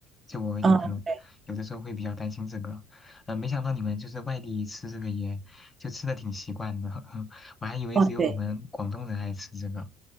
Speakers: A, on the left; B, on the right.
A: 就我有可能有的时候会比较担心这个，
B: 嗯，对，
A: 呃，没想到你们就是外地吃这个也就吃的挺习惯的，<laughs> 我还以为只有我们广东人爱吃这个。
B: 哦，对。